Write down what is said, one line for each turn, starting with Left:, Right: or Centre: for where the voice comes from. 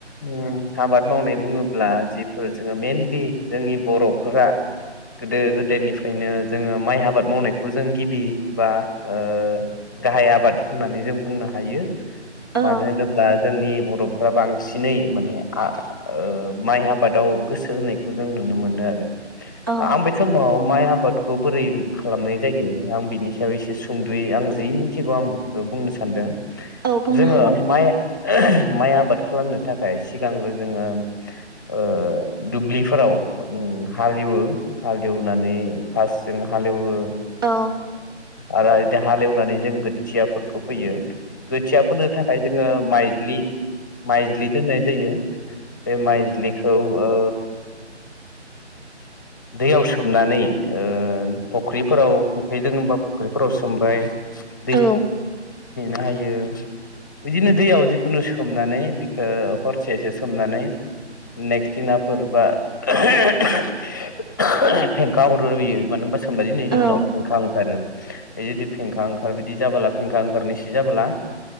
Left: उम आबाद मावनाय बुंङोब्ला जिफोर जोंङो मेनलि जोंनि बर'फोरा गोदो गोदायनिफ्रायनो जोंङो माइ आबाद मावनायखौ जों गिबि बा ओ गाहाय आबाद होननानै जों बुंनो हायो
Right: औ
Left: मानो होनोब्ला जोंनि बर' रबफ्रा बांसिनै माने आ ओ माइ आबादाव गोसो होनायखौ जों नुनो मोनो आरो
Right: औ
Left: आं बे समाव माइ आबादखौ बोरै खालामनाय जायो आं बिनि सायाव एसे सुंदुयै आं जि मिन थिगौ आं बु ओ बुंनो सानदों
Right: औ बुंनो
Left: जोंङो
Right: हागोन
Left: माइ माइ आबाद खालामनो थाखाय सिगांग्रो जोंङो ओ दुब्लिफोराव उम उम हालेवो हालेवनानै फास जों हालेवो। ओ
Right: औ
Left: आरो इदि हालेवनानै जों गोथियाफोरखौ फोयो। खोथिया फोनो थाखाय जोंङो माइज्लि माइज्लि दोननाय जायो बे माइज्लिखौ ओ दैयाव सोमनानै ओन फख्रिफोराव फख्रिदोंङोबा फख्रि फ्राव सोमबाय -
Right: औ
Left: हायो बिदिनो दैयाव जिखुनु सोमनानै बिखौ हरसेसो सोमनानै नेक्ट दिनाफोरबा फेंखा हरो बियो मानो होनबा होनबा दिनैनि
Right: औ
Left: उनाव फेंखा ओंखारो बे जुदि फेंखा ओं आर बिदि जाबोला फेंखा ओंखारनो सि जाबोला